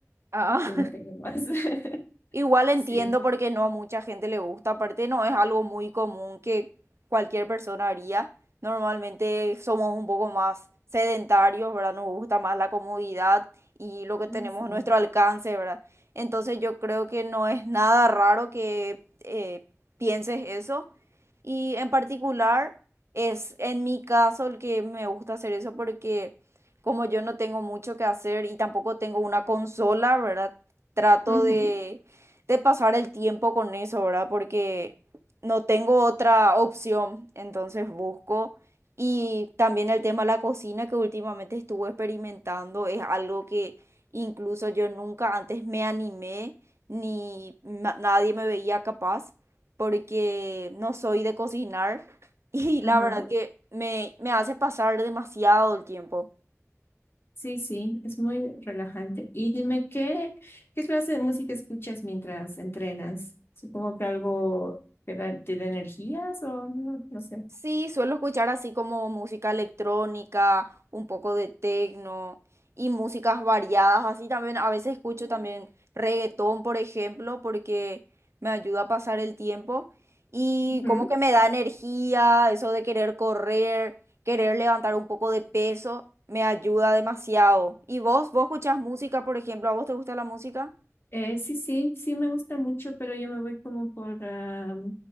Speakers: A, on the right (about 55°); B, on the left (about 45°).
A: Ah.
B: Eh, No tengo más. <laughs>
A: Igual entiendo
B: Sí.
A: porque no a mucha gente le gusta, aparte no es algo muy común que cualquier persona haría. Normalmente somos un poco más sedentarios, ¿verdad? Nos gusta más la comodidad y lo que
B: Así.
A: tenemos a nuestro alcance, ¿verdad? Entonces yo creo que no es nada raro que eh, pienses eso. Y en particular es en mi caso el que me gusta hacer eso porque como yo no tengo mucho que hacer y tampoco tengo una consola, ¿verdad? Trato
B: Ujú,
A: de de pasar el tiempo con eso, ¿verdad? Porque no tengo otra opción, entonces busco. Y también el tema de la cocina que últimamente estuve experimentando es algo que incluso yo nunca antes me animé, ni na- nadie me veía capaz, porque no soy de cocinar <laughs> y la
B: Ajá.
A: verdad que me, me hace pasar demasiado el tiempo.
B: Sí, sí, es muy relajante. Y dime, ¿qué, qué clase de música escuchas mientras entrenas? Supongo que algo que da- te da energías o no, no sé.
A: Sí, suelo escuchar así como música electrónica, un poco de techno y músicas variadas. Así también a veces escucho también reggaetón, por ejemplo, porque me ayuda a pasar el tiempo y
B: Ujú.
A: como que me da energía, eso de querer correr, querer levantar un poco de peso, me ayuda demasiado. ¿Y vos? ¿Vos escuchás música, por ejemplo? ¿A vos te gusta la música?
B: Eh, sí, sí, sí me gusta mucho, pero yo me voy como por, ah,